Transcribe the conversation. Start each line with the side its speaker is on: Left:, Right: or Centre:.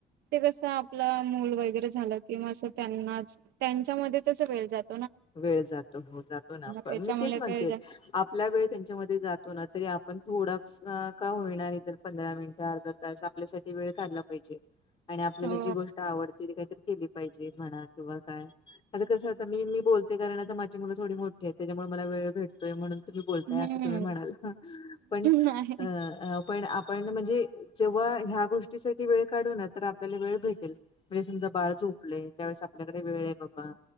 Right: ते कसं, आपलं मूल वगैरे झालं किंवा अस त्यांनाच त्यांच्यामध्ये तस वेळ जात.
Left: वेळ जातो हो, जातो ना पण,
Right: त्याच्यामुळे
Left: मी तेच म्हणते.
Right: काय
Left: आपल्या वेळ त्यांच्यामध्ये जातो ना, तरी आपण थोडा का... का होणार तर पंधरा मिनिटं अर्धा तास आपल्यासाठी वेळ काढला पाहिजे. आणि आपल्याला
Right: हो
Left: जी गोष्ट आवडते. काहीली पाहिजे म्हणा किंवा काय आता कस आ मी मी बो ते कारणा माझी मुलं थोडी मोठी आहे. त्याच्यामुळे मला वेळ भेटतोय म्हणून. तुम्ही बोलताय
Right: हम्म
Left: अस तुम्ही म्हणाल हां. पण...
Right: नाही
Left: अ पण आपण म्हणजे, जेव्हा ह्या गोष्टीसाठी वेळ काढू ना. तर आपल्याला वेळ भेटेल. म्हणजे समजा बाळ चोपलेय त्यावेळेस आपल्याकडे वेळ आहे बाबा,